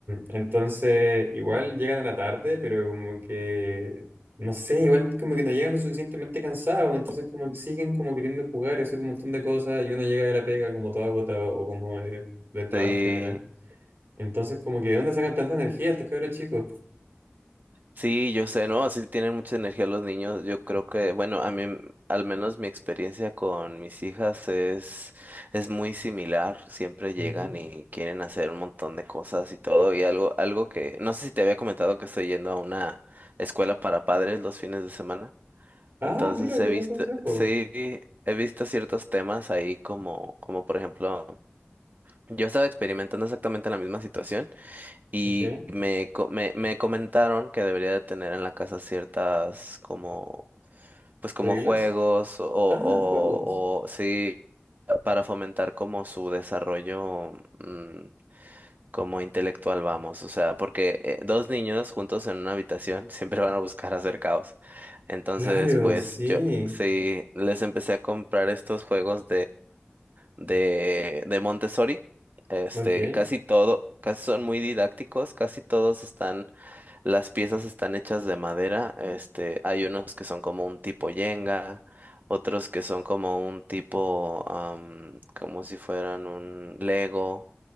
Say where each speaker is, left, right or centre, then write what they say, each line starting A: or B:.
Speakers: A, on the right (about 70°); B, on the right (about 45°).
A: entonces, igual llegan a la tarde, pero como que, no sé, igual como que no llegan lo suficientemente cansados, entonces como que siguen como queriendo jugar y hacer un montón de cosas, y uno llega de la pega como todo agotado o como de del trabajo
B: Sí.
A: en general. Entonces, como que, ¿de dónde sacan tanta energía estos cabros chicos?
B: Sí, yo sé, ¿no? Así tienen mucha energía los niños. Yo creo que, bueno, a mí, m- al menos mi experiencia con mis hijas es, es muy similar. Siempre llegan
A: Ujú.
B: y quieren hacer un montón de cosas y todo. Y algo, algo que, no sé si te había comentado que estoy yendo a una escuela para padres los fines de semana.
A: Ah,
B: Entonces
A: mira, qué
B: he
A: buen
B: visto,
A: consejo.
B: sí, he visto ciertos temas ahí como, como por ejemplo, yo estaba experimentando exactamente la misma situación. Y
A: Ok,
B: me, co- me, me comentaron que debería de tener en la casa ciertas como, pues como
A: reglas.
B: juegos o, o,
A: Ah, juegos.
B: o sí, para fomentar como su desarrollo mm, como intelectual, vamos. O sea, porque eh, dos niños juntos en una habitación <laughs> siempre van a buscar hacer caos. Entonces,
A: Claro,
B: pues
A: sí.
B: yo sí, les empecé a comprar estos juegos de, de Montessori. Este,
A: Ok,
B: casi todo, casi son muy didácticos, casi todos están, las piezas están hechas de madera. Este, hay unos que son como un tipo yenga, otros que son como un tipo, am, como si fueran un Lego.